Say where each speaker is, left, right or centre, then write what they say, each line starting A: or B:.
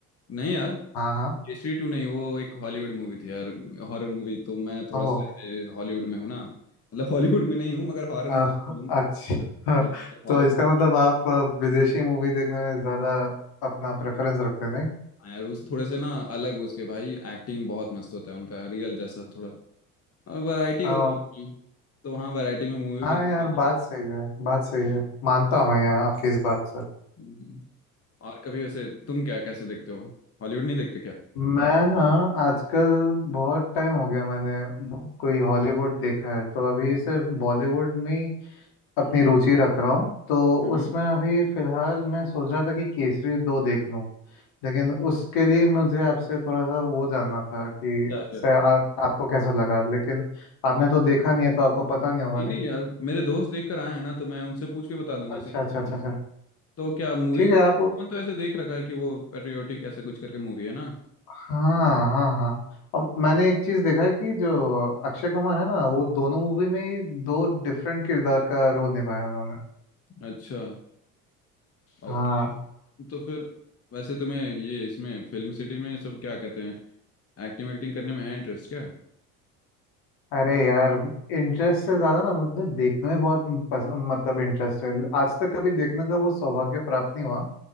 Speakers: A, on the left; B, on the left.
A: नहीं यार
B: हाँ हाँ
A: केसरी टू नहीं वो एक हॉलीवुड मूवी थी यार हॉरर मूवी तो मैं थोड़ा
B: ओहो
A: सा ऐसे हॉलीवुड में हूँ ना मतलब हॉलीवुड में नहीं हूँ मगर हॉरर
B: अ-
A: मूवी हूँ
B: अच्छा
A: हाँ तो हॉरर
B: तो इसका मतलब आप अ, विदेशी मूवी देखने में ज़्यादा अपना प्रेफरेंस रखते हैं, नहीं
A: हाँ यार उस थोड़े से ना अलग उसके भाई एक्टिंग बहुत मस्त होता है उनका रियल जैसा थोड़ा और वैरायटी
B: अ,
A: होती है उसकी। तो हाँ वैरायटी में मूवी
B: हाँ
A: भी देख
B: यार
A: लेता हूँ
B: बात सही है बात सही है मानता हूँ मैं यार आपकी इस बात से
A: हम्म, और कभी वैसे तुम क्या कैसे देखते हो हॉलीवुड नहीं देखते क्या
B: मैं ना आजकल बहुत टाइम हो गया मैंने ब- कोई हॉलीवुड देखा है तो अभी सिर्फ बॉलीवुड में अपनी रुचि रख रहा हूँ तो
A: हम्म।
B: उसमें अभी फिलहाल मैं सोच रहा था कि केसरी दो देख लूँ लेकिन उसके लिए मुझे आपसे थोड़ा सा वो जानना था कि
A: क्या क्या
B: से आ, आपको कैसा लगा लेकिन आपने तो देखा नहीं है तो आपको पता नहीं होगा
A: नहीं
B: नहीं
A: नहीं यार मेरे दोस्त देख कर आए हैं ना तो मैं उनसे पूछ के बता दूंगा
B: अच्छा
A: ऐसे कुछ
B: अच्छा अच्छा
A: भी
B: अच्छा
A: तो क्या मूवी
B: ठीक
A: कौन
B: है आप
A: तो ऐसे देख रखा है कि वो पेट्रियोटिक ऐसा कुछ करके मूवी है ना
B: हाँ हाँ हाँ और मैंने एक चीज़ देखा है कि जो अक्षय कुमार है ना वो दोनों मूवी में ही दो डिफरेंट किरदार का रोल निभाया उन्होंने
A: अच्छा
B: हाँ
A: ओके तो फिर वैसे तुम्हें ये इसमें फिल्म सिटी में सब क्या कहते हैं एक्टिंग एक्टिंग करने में है इंटरेस्ट क्या
B: अरे यार इंटरेस्ट से ज्यादा ना मुझे देखने में बहुत पसंद मतलब इंटरेस्ट है आज तक कभी देखने का वो सौभाग्य प्राप्त नहीं हुआ